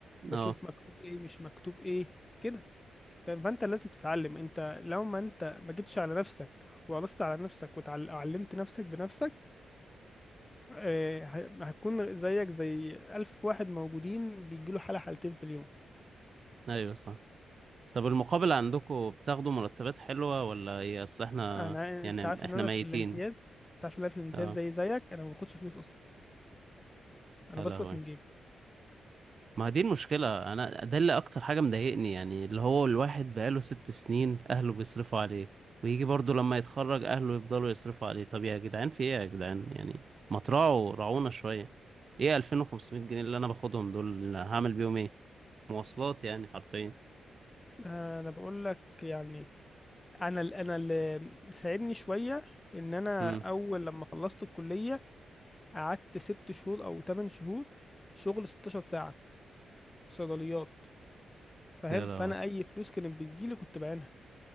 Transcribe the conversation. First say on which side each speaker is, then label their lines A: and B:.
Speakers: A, on the left; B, on the right.
A: بشوف
B: اه
A: مكتوب ايه مش مكتوب ايه كده فاهم؟ فانت لازم تتعلم انت لو ما انت ما جيتش على نفسك وقرصت على نفسك وعلمت نفسك بنفسك آه، ه- هتكون زيك زي ألف واحد موجودين بيجيله حالة حالتين في اليوم
B: ايوه صح طب المقابل عندكم بتاخدوا مرتبات حلوه ولا ايه اصل احنا
A: انا
B: يعني
A: انت عارف
B: احنا
A: ان انا
B: ميتين
A: في الامتياز انت عارف ان انا في الامتياز
B: اه
A: زي زيك انا ما باخدش فلوس اصلا انا
B: يا
A: بصرف
B: لهوي
A: من جيبي
B: ما دي المشكلة أنا ده اللي أكتر حاجة مضايقني يعني اللي هو الواحد بقاله ست سنين أهله بيصرفوا عليه ويجي برضه لما يتخرج أهله يفضلوا يصرفوا عليه طب يا جدعان في إيه يا جدعان يعني ما تراعوا راعونا شوية إيه 2500 جنيه اللي أنا باخدهم دول اللي هعمل بيهم إيه مواصلات يعني حرفيا
A: انا بقول لك يعني انا ال- انا اللي ساعدني شويه ان انا
B: امم
A: اول لما خلصت الكليه قعدت ست شهور او تمن شهور شغل 16 ساعه في صيدليات فاهم
B: يا لهوي
A: فانا اي فلوس كانت بتجيلي كنت بعينها